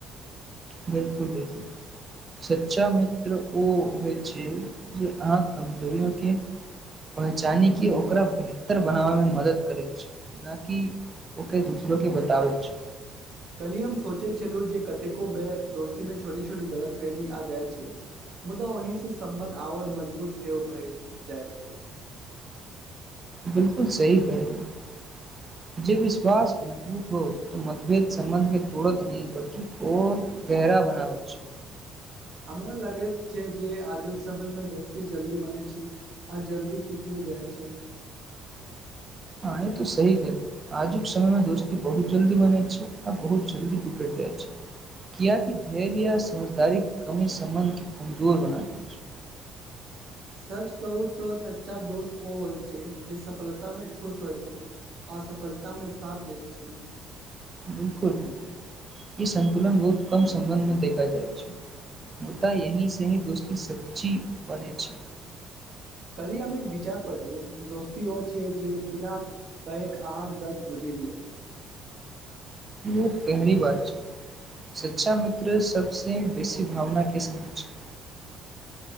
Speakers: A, on the right; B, on the right.
A: बिलकुल बिलकुल सच्चा मित्र ओ होइ छैय जे अहाँ कमजोरियो के पहचानी के ओकरा बेहतर बनाबय मे मदद करैत छैय। कि ओकर दूसरोे बच बताबैय छी।
B: कली हम सोचैत छलहुँ जे कतेको बेर दोस्ती मे छोटे छोटी गलतफहमी आ जाइत छैय मुदा ओहि से सम्बन्ध और मजबूत सेहो भए जाइत छैय।
A: बिलकुल सी कहल जे विश्वास मजबूत हो त मतभेद सम्बन्ध के तोड़त नहि बल्कि र गहरा बना बै छैय।
B: हमरा लगे छै जे आजुक समय मे दोस्ती जल्दी बने छैय आ जल्दी टूटियो जाइ छैय।
A: आंए तू सही कहली आजुक समय मे दोस्ती बहुत जल्दी बने छैय आ बहुत जल्दी टुट जाइ छैय कियकि धैर्य समझदारी कमी सम्बन्ध के कमजोर बना द छैय।
B: सच कहू तऽ सच्चा दोस्त ओ होइ छैय जे सफलता में खुश होइ छैय असफलता मे साथ दैत छैय।
A: बिलकुल बिलकुल ई संन्तुलन बहुत कम सम्बन्ध मे देखा जाय छैय मुदा यही से ही दोस्ती सच्ची बने छैय।
B: कली हम एक विचार पल दोस्त ओ छै जे बिना कैक अहाँक दर्द बुझि लै
A: ई बहुत गहरी बात छै सच्चा मित्र सबबसे बेसी भावना के सम छै